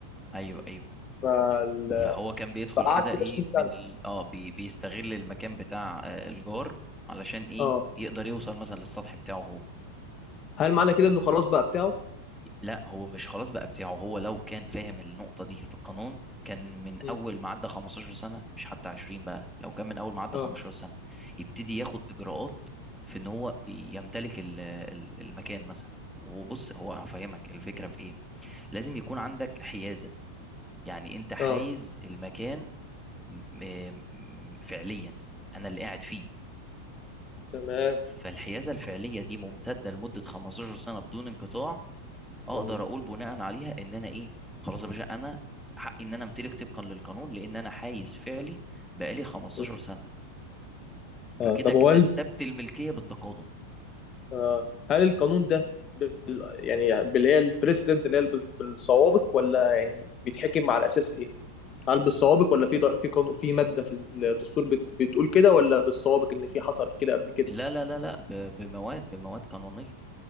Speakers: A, in the centre; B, on the left (about 30°).
A: ايوه ايوه
B: فال...
A: فهو كان بيدخل
B: فقعدت
A: كده
B: فيه
A: ايه
B: 20 سنه
A: من ال... اه بي... بيستغل المكان بتاع آه، الجار علشان ايه
B: اه
A: يقدر يوصل مثلا للسطح بتاعه هو
B: هل معنى كده انه خلاص بقى بتاعه
A: لا هو مش خلاص بقى بتاعه هو لو كان فاهم النقطة دي في القانون كان من أول
B: مم.
A: ما عدى 15 سنة مش حتى 20 بقى لو كان من أول ما عدى
B: اه
A: 15 سنة يبتدي ياخد إجراءات في إن هو يمتلك ال- ال- المكان مثلا وبص هو هفهمك الفكرة في إيه لازم يكون عندك حيازة يعني أنت حايز
B: اه
A: المكان م- م- فعليا أنا اللي قاعد فيه
B: تمام
A: فالحيازة الفعلية دي ممتدة لمدة 15 سنة بدون انقطاع اقدر
B: مم.
A: اقول بناء عليها ان انا ايه خلاص يا باشا انا حقي ان انا امتلك طبقا للقانون لان انا حايز فعلي بقالي 15
B: مم.
A: سنه
B: اه
A: فكده
B: طب
A: اكتسبت
B: هو
A: الملكيه بالتقادم
B: آه، هل القانون ده بال... يعني باللي هي البريسيدنت اللي هي بال- بالسوابق ولا يعني بيتحكم على اساس ايه؟ هل بالسوابق ولا في ض- في قانون في ماده في الدستور بت... بتقول كده ولا بالسوابق ان في حصلت كده قبل كده؟
A: لا لا لا لا ب- بمواد بمواد قانونيه